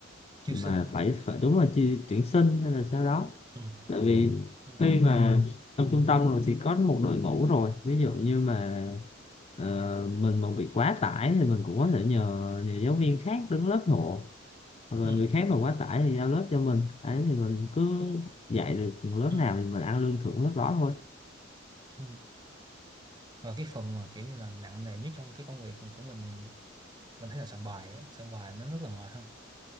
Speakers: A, on the right (about 20°); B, on the left (about 30°).
A: chiêu
B: mà
A: sinh
B: phải phải đúng là chi, tuyển sinh hay là sao đó
A: ừ
B: tại vì
A: ừ
B: khi mà trong trung tâm rồi thì có một đội ngũ rồi ví dụ như mà ờ, mình mà bị quá tải thì mình cũng có thể nhờ nhờ giáo viên khác đứng lớp hộ hoặc
A: ừ
B: là người khác mà quá tải thì giao lớp cho mình ấy thì mình cứ dạy được lớp
A: ừ
B: nào thì mình ăn lương thưởng lớp đó thôi
A: ừ. rồi cái phần mà kiểu như là nặng nề nhất trong cái công việc của mình mình thấy là soạn bài á soạn bài nó rất là mệt ha